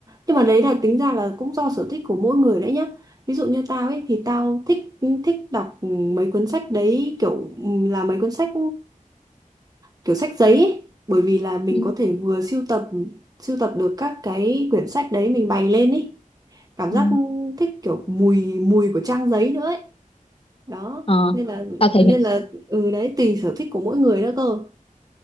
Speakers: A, on the right; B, on the left.
A: nhưng mà đấy là tính ra là cũng do sở thích của mỗi người đấy nhá. Ví dụ như tao ấy thì tao thích thích đọc mấy cuốn sách đấy kiểu là mấy cuốn sách kiểu sách giấy ấy. Bởi vì là mình
B: ừ.
A: có thể vừa sưu tập sưu tập được các cái quyển sách đấy mình bày lên ý cảm
B: Ừ.
A: giác thích kiểu mùi mùi của trang giấy nữa ấy đó
B: Ờ.
A: nên là
B: tao thấy
A: nên là ừ đấy tùy sở thích của mỗi người nữa cơ